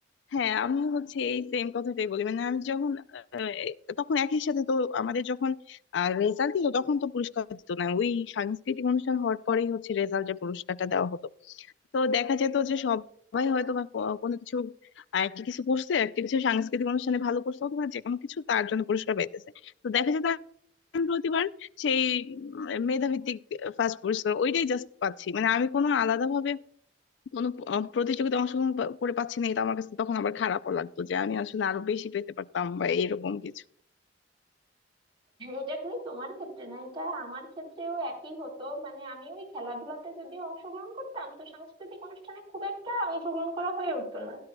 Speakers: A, on the left; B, on the right.
A: হ্যাঁ আমি হচ্ছে এই সেম কথাটাই বলি মানে আমি যখন আহ, তখন একই সাথে তো আমাদের যখন রেজাল্ট দিত তখন তো পুরস্কার দিত না ওই সাংস্কৃতিক অনুষ্ঠান হওয়ার পরেই হচ্ছে রেজাল্টের পুরস্কারটা দেওয়া হতো তো দেখা যেত যে সবাই হয়তো বা ক- কোনো কিছু আহ, একটা কিছু করছে একটা কিছু সাংস্কৃতিক অনুষ্ঠানে ভালো করছে অথবা যে কোনো কিছু তার জন্য পুরস্কার পাইতেছে তো দেখা যেত আমি প্রতিবার সেই উম, মেধাভিত্তিক ফার্স্ট পুরস্কার ওইটাই জাস্ট পাচ্ছি মানে আমি কোনো আলাদা ভাবে কোনো আহ, প্রতিযোগিতায় অংশগ্রহণ পা- করে পাচ্ছি না এটা আমার কাছে তখন আবার খারাপও লাগতো যে আমি আসলে আরো বেশি পেতে পারতাম বা এরকম কিছু
B: এটা খালি তোমার ক্ষেত্রে না এটা আমার ক্ষেত্রেও একই হতো মানে আমি ওই খেলাধুলাতে যদি অংশগ্রহণ করতাম তো সাংস্কৃতিক অনুষ্ঠানে খুব একটা অংশগ্রহণ করা হয়ে উঠতো না